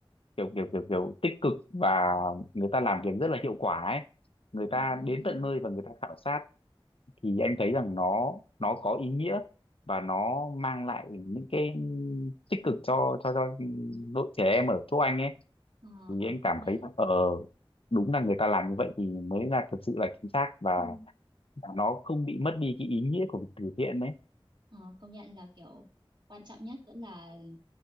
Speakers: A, on the left (about 75°); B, on the right (about 50°).
A: kiểu kiểu kiểu kiểu tích cực và người ta làm việc rất là hiệu quả ấy người ta
B: ừ ừ.
A: đến tận nơi và người ta khảo sát thì anh thấy rằng nó nó có ý nghĩa và nó mang lại những cái tích cực cho cho cho đội trẻ em ở chỗ anh ấy
B: ờ,
A: thì
B: ờ,
A: anh
B: công
A: cảm
B: nhận
A: thấy là ờ đúng là người ta làm như vậy thì mới là thật sự là chính xác và
B: ừ.
A: và nó không bị mất đi cái ý nghĩa của việc từ thiện đấy
B: ờ, công nhận là kiểu quan trọng nhất vẫn là